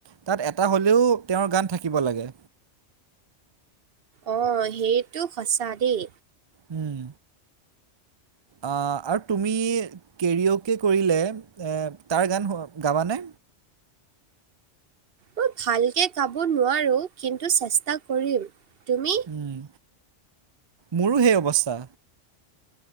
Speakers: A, on the right; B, on the right.
A: তাত এটা হ'লেও তেওঁৰ গান থাকিব লাগে।
B: অঁ সেইটো সঁচা দেই।
A: উম। আৰু তুমি কেৰিয়'কে কৰিলে তাৰ গান গাবানে?
B: মই ভালকে কাব নোৱাৰো কিন্তু চেষ্টা কৰিম। তুমি?
A: উম মোৰো সেই অৱস্থা।